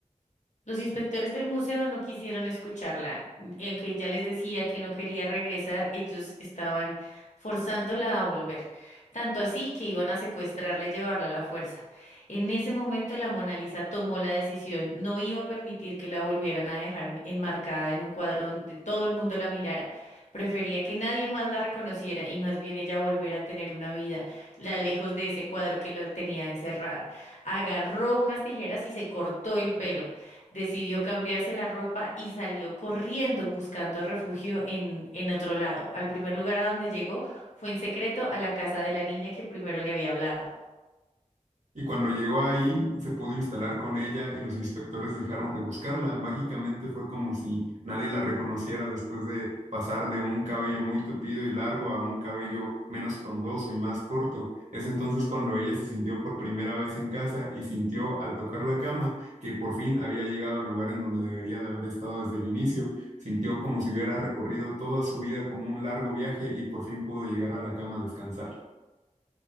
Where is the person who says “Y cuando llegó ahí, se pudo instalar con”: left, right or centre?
Right